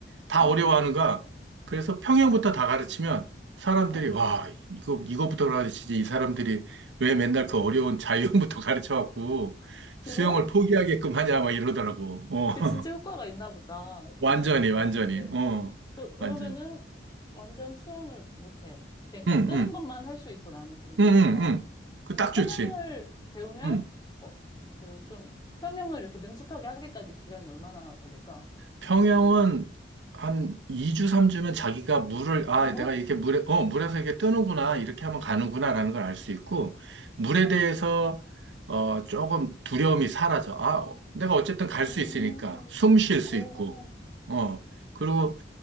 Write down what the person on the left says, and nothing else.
어,
어,
어.
그래?
그게 진짜 효과가 있나 보다.
평영부터
배우는데.
그, 그러면은
완전 수영을 못해. 그러니까
뜨는
것만 할 수 있어, 나는 지금
상태가.
근데
평영을
배우면,
어, 그 좀, 평영을 이렇게 능숙하게 하기까지 기간이 얼마나 걸릴까?
정말?
어.
음,
오,
어,